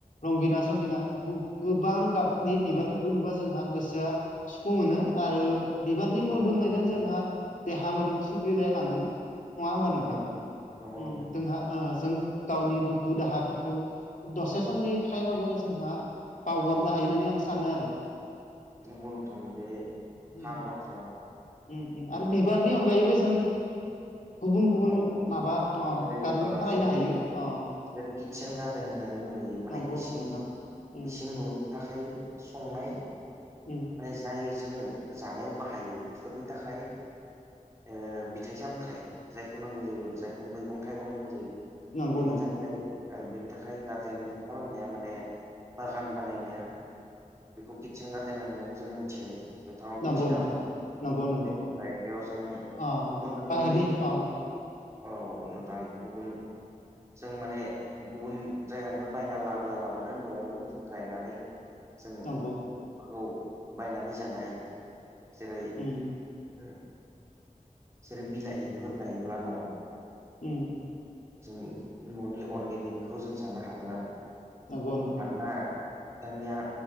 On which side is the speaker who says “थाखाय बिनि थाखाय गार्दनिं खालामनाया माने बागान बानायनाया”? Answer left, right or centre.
Right